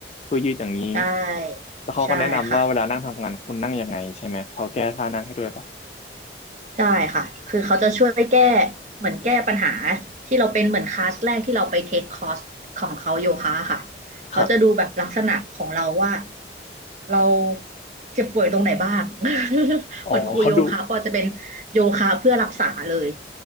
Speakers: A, on the left (about 35°); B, on the right (about 40°).
A: เพื่อยืดอย่างนี้
B: ใช่ใช่ค่ะ
A: แล้วเขาก็แนะนำว่าเวลานั่งทำงานคุณนั่งยังไงใช่ไหมเขาแก้ท่านั่งให้ด้วยปะ
B: ใช่ค่ะคือเขาจะช่วยแก้เหมือนแก้ปัญหาที่เราเป็นเหมือนคลาสแรกที่เราไปเทคคอร์สของเขาโยคะค่ะเขาจะดูแบบลักษณะของเราว่า
A: ครับ
B: เราเจ็บป่วยตรงไหนบ้าง <laughs>
A: อ๋อเขาดู
B: เหมือนครูโยคะก็จะเป็นโยคะเพื่อรักษาเลย